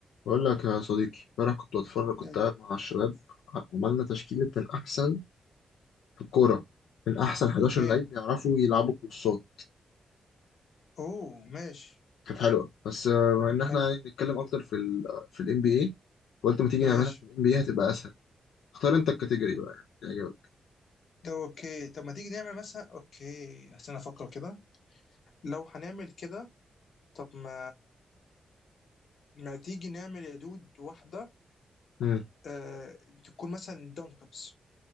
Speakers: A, on the left; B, on the left.
A: بقول لك يا صديقي امبارح كنت بتفرج كنت
B: نعم.
A: قاعد مع الشباب عملنا تشكيلة من أحسن في الكورة من أحسن 11
B: اوكي
A: لعيب بيعرفوا يلعبوا كورسات
B: اوه ماشي
A: كانت حلوة بس آه، بما إن إحنا
B: حلو
A: نتكلم أكتر في ال في ال NBA قلت ما تيجي نعملها
B: ماشي
A: في ال NBA هتبقى أسهل اختار أنت الكاتيجوري بقى يعني يعجبك
B: ده اوكي طب ما تيجي نعمل مثلا اوكي عشان افكر كده لو هنعمل كده طب ما ما تيجي نعمل يا دود واحدة
A: مم.
B: آه... تكون مثلا دانكبس